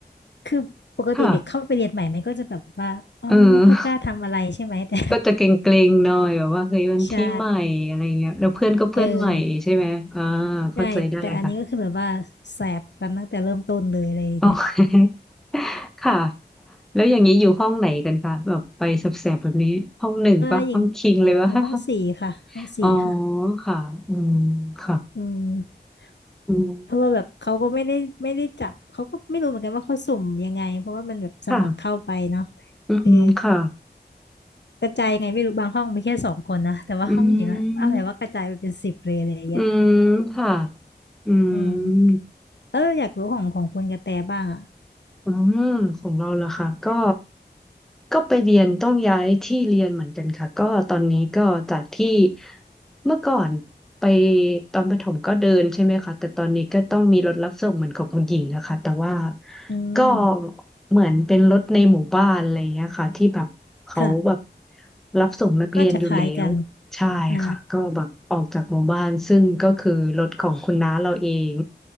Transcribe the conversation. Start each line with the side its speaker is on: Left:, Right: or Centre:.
Left: คือปกติเด็กเข้าไปเรียนใหม่มันก็จะแบบว่าอ๋อไม่ค่อยกล้าทำอะไรใช่ไหมแต่
Centre: ค่ะเออ ก็จะเกรงๆหน่อยแบบว่าเฮ้ยมันที่ใหม่อะไรเงี้ยแล้วเพื่อนก็เพื่อนใหม่ใช่ไหมอ่า
Left: <laughs> ใช่เออ
Centre: เข้าใจได้ค่ะ
Left: ใช่แต่อันนี้ก็คือแบบว่าแสบกันตั้งแต่เริ่มต้นเลยอะไรอย่างเงี้ย
Centre: อ๋อ <laughs> ค่ะแล้วอย่างนี้อยู่ห้องไหนกันคะแบบไปแสบๆแบบนี้ห้องหนึ่งปะห้องคิงเลยวะ
Left: เออหญิงอยู่ห้องสี่ค่ะห้องสี่ค่ะ
Centre: <laughs> อ๋อค่ะอืมค่ะ
Left: อืม
Centre: อืม
Left: เพราะว่าแบบเขาก็ไม่ได้ไม่ได้จับเขาก็ไม่รู้เหมือนกันว่าเขาสุ่มยังไงเพราะว่ามันแบบสมัครเข้าไปเนาะ
Centre: ค่ะอืมค่ะ
Left: เออกระจายยังไงไม่รู้บางห้องมีแค่สองคนนะแต่ว่าห้องหญิงอะอะไรว่ากระจายไปเป็นสิบเลยอะไรอย่างเงี้ย
Centre: อืมอืมค่ะอืม
Left: อืมเอออยากรู้ของของคุณกระแตบ้างอ่ะ
Centre: อืมของเราล่ะค่ะก็ก็ไปเรียนต้องย้ายที่เรียนเหมือนกันค่ะก็ตอนนี้ก็จากที่เมื่อก่อนไปตอนประถมก็เดินใช่ไหมคะแต่ตอนนี้ก็ต้องมีรถรับส่งเหมือนของคุณหญิงนะคะแต่ว่า
Left: อืม
Centre: ก็เหมือนเป็นรถในหมู่บ้านอะไรอย่างเงี้ยค่ะที่แบบเขาแบบ
Left: ค่ะ
Centre: รับส่งนักเรียนอยู่แล้ว
Left: น่าจะคล้ายกัน
Centre: ใช่ค่ะก็แบบออกจากหมู่บ้านซึ่งก็คือรถของคุณน้าเราเอง
Left: อ่า